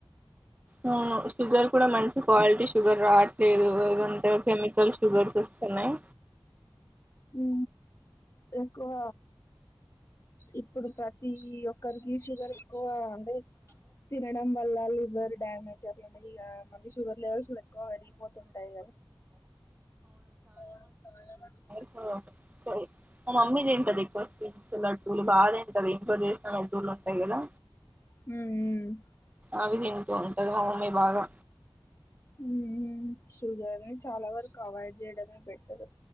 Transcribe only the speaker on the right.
అవును షుగర్ కూడా మంచి క్వాలిటీ షుగర్ రాట్లేదు ఏదంత కెమికల్ షుగర్స్ సోస్తున్నాయి
ఆహ్ మా మమ్మీ తింటదీ ఎక్కువ స్వీట్స్ లడ్డూలు బాగా తింటది ఏప్పుడు చేసిన లడ్డులుంటాయి కదా
అవిదింటు ఉంటది మా మమ్మీ బాగా